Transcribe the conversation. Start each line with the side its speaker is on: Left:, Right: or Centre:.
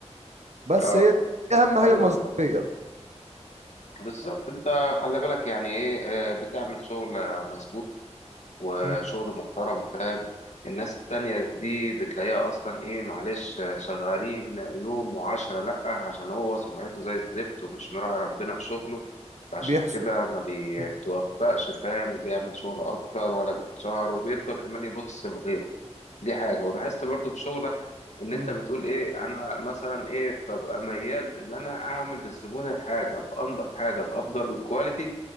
Right: بس
Left: اه
Right: هي دي اهم
Left: ايوه
Right: حاجه المصداقيه
Left: طبعا بالظبط انت خلي بالك يعني ايه آه، بتعمل شغل آه، مظبوط وشغل
Right: م،
Left: محترم فاهم الناس التانية دي بتلاقيها اصلا ايه معلش آه، شغالين يوم وعشرة لأ عشان هو سمعته زي الزفت ومش مراعي ربنا في شغله عشان
Right: بيحصل
Left: كده ما بيتوفقش
Right: م،
Left: فاهم وبيعمل شغل اكتر ولا بيتشهر وبيفضل كمان يبص لغيره دي حاجة ولاحظت برضو في شغلك ان
Right: م،
Left: انت بتقول ايه انا مثلا ايه ببقى ميال ان انا اعمل للزبون الحاجة بانضف حاجة بافضل كواليتي